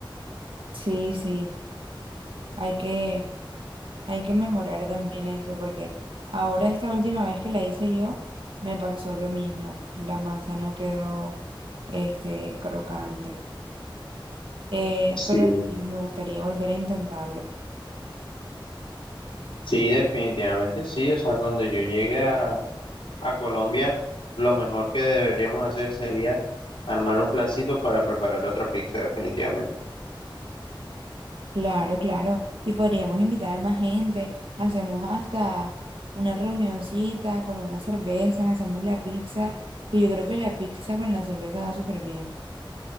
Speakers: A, on the right; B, on the left.
A: Sí, sí, hay que, hay que mejorar también eso, porque ahora esta última vez que la hice yo, me pasó lo mismo. La masa no quedó, este, crocante. Eh,
B: Sí.
A: pero sí, me gustaría volver a intentarlo.
B: Sí, definitivamente sí. O sea, cuando yo llegue a, a Colombia, lo mejor que deberíamos hacer sería armar un plancito para preparar otra pizza, definitivamente.
A: Claro, claro. Y podríamos invitar a más gente. Hacemos hasta una reunioncita con unas cervezas, hacemos la pizza, que yo creo que la pizza con la cerveza va súper bien.